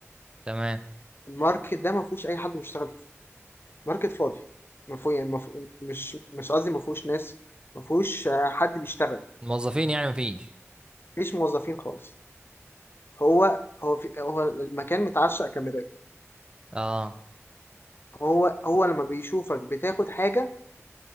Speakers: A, on the right; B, on the left.
A: تمام
B: الماركت ده ما فيهوش اي حد بيشتغل فيه ماركت فاضي ما فيه يعني ما فيه مش مش قصدي ما فيهوش ناس ما فيهوش آه، حد بيشتغل
A: الموظفين يعني مفيش
B: مفيش موظفين خالص هو هو في هو المكان متعشق كاميرات
A: اه
B: هو هو لما بيشوفك بتاخد حاجة